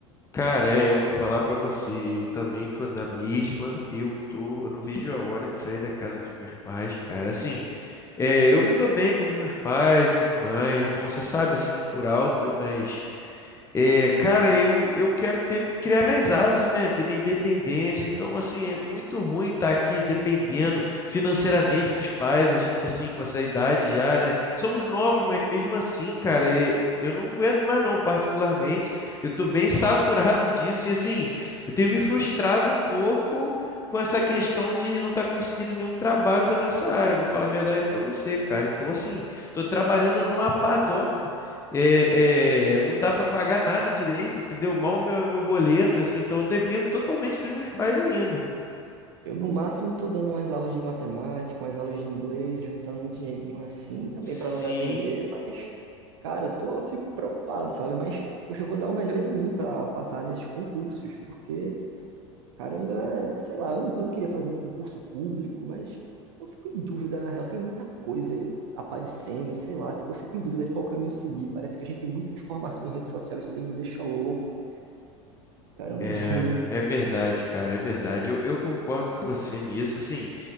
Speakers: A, on the left; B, on the right.
A: Cara, é, eu vou falar pra você, eu também tô na mesma, eu tô, eu não vejo a hora de sair da casa dos meus pais, cara. Assim, é, eu me dou bem com os meus pais e tudo mais. Bom, você sabe assim por alto, mas É, cara, eu, eu quero ter, criar minhas asas, né? Ter minha independência. Então, assim, é muito ruim estar aqui dependendo financeiramente dos pais, a gente, assim, com essa idade já, né? Somos novos, mas mesmo assim, cara, e- eu não aguento mais, não, particularmente. Eu tô bem saturado disso e, assim, eu tenho me frustrado um pouco com essa questão de não estar conseguindo nenhum trabalho da nossa área. Vou falar a verdade pra você, cara. Então, assim, tô trabalhando numa padoca. É, é, não dá para pagar nada direito, entendeu? Mal meu, meu boleto, assim, então eu dependo totalmente dos meus pais ainda.
B: Eu, no máximo, tô dando umas aulas de matemática, umas aulas de inglês, juntando um dinheirinho assim, também
A: Sim,
B: para não depender, mas, cara, eu tô, eu fico preocupado, sabe? Mas, poxa, eu vou dar o melhor de mim para passar nesses concursos, porque Caramba, é, sei lá, eu não eu não queria fazer um concurso público, mas eu fico em dúvida, na real, tem muita coisa aparecendo, sei lá, tipo, eu fico em dúvida de qual caminho seguir. Parece que a gente tem muita informação em rede social, isso aí me deixa louco, cara. eu não-
A: é,
B: <laughs>
A: é
B: e
A: verdade, cara, é verdade. Eu, eu concordo com você nisso, assim.